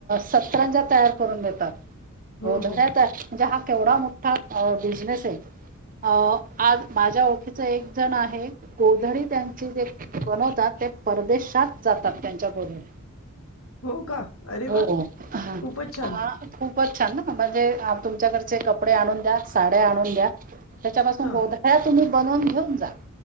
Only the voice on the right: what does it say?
सतरांजा तयार करून देतात
गोध्या
म्हणजे हा केवढा मोठा बिझनेस आहे अ आज माझ्या ओखीच एक जण आहे गोधडी त्यांची जे बनवतात ते परदेशात जातात त्यांच्या गोधडी
<inaudible> <inaudible> हो
ह
खूपच छान ना म्हणजे तुमच्याकडचे कपडे आणून द्या साड्या आणून द्या <inaudible> त्याच्यापासून
गोधळ्या तुम्ही बनवून घेऊन जा